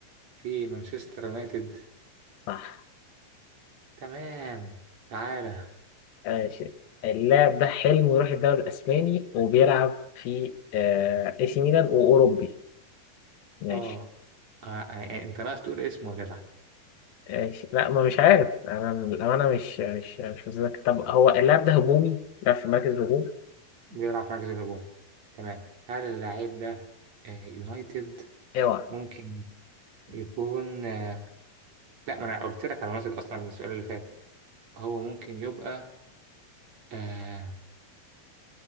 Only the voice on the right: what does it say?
في مانشستر يونايتد
تمام تعالى
اه آه، آه، آه، انت ناقص تقول اسمه يا جدع
بيلعب في مركز الهجوم تمام هل اللعيب ده آه، يونايتد
ممكن يكون آه، لا ما انا قلت لك على يونايتد اصلا من السؤال اللي فات هو ممكن يبقى آه...